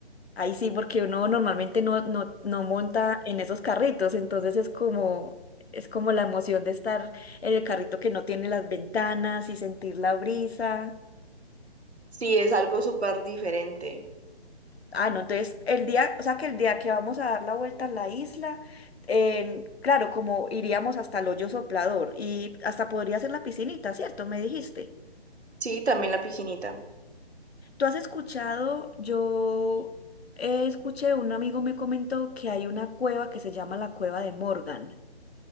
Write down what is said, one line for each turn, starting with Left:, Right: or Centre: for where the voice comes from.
Left: Ahí sí, porque uno normalmente no, no, no monta en esos carritos, entonces es como, es como la emoción de estar en el carrito que no tiene las ventanas y sentir la brisa.
Right: Sí, es algo súper diferente.
Left: Ah, no, entonces el día, o sea que el día que vamos a dar la vuelta a la isla, en- claro, como iríamos hasta el hoyo soplador y hasta podría ser la piscinita, ¿cierto? Me dijiste.
Right: Sí, también la piscinita.
Left: ¿Tú has escuchado? Yo eh, escuché, un amigo me comentó que hay una cueva que se llama la Cueva de Morgan.